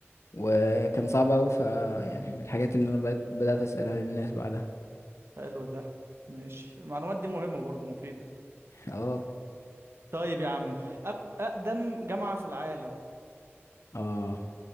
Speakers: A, on the left; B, on the right.
A: وكان صعب اوي ف يعني من الحاجات اللي انا بقيت بدأت اسألها للناس بعدها
B: حلو ده ماشي المعلومات دي مهمه برضه مفيده
A: اه
B: طيب يا عم أق... اقدم جامعه في العالم
A: اه